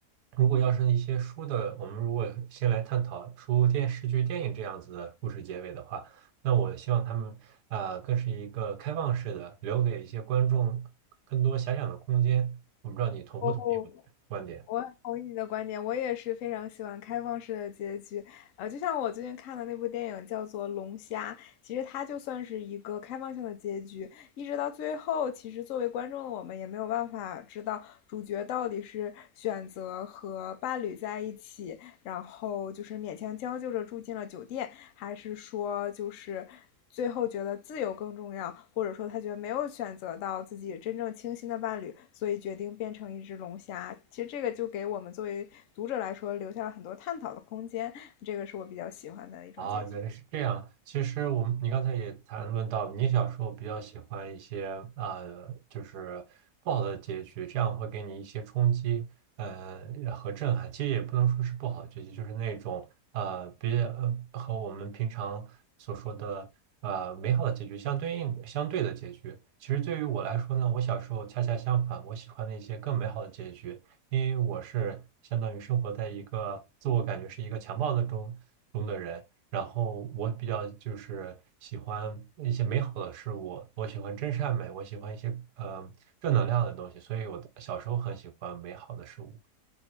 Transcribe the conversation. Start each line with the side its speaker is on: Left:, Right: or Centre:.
Right: 如果要是一些书的，我们如果先来探讨书、电视剧、电影这样子的故事结尾的话。那我希望他们啊、呃更是一个开放式的，留给一些观众更多遐想的空间。我不知道你同不同意我的观点。
Left: 我我很同意你的观点，我也是非常喜欢开放式的结局。呃，就像我最近看的那部电影叫做《龙虾》，其实它就算是一个开放性的结局，一直到最后，其实作为观众的我们也没有办法知道主角到底是选择和伴侣在一起，然后就是勉强将就着住进了酒店，还是说就是最后觉得自由更重要，或者说他觉得没有选择到自己真正倾心的伴侣，所以决定变成一只龙虾。其实这个就给我们作为读者来说留下了很多探讨的空间，这个是我比较喜欢的一种结局。
Right: 啊，原来是这样。其实我们，你刚才也谈论到，你小时候比较喜欢一些呃，就是不好的结局，这样会给你一些冲击，呃，和震撼。其实也不能说是不好的结局，就是那种呃，别呃和我们平常所说的呃美好的结局相对应相对的结局。其实对于我来说呢，我小时候恰恰相反，我喜欢那些更美好的结局，因为我是相当于生活在一个自我感觉是一个强暴的中中的人。然后我比较就是喜欢一些美好的事物，我喜欢真善美，我喜欢一些呃正能量的东西，所以我的小时候很喜欢美好的事物。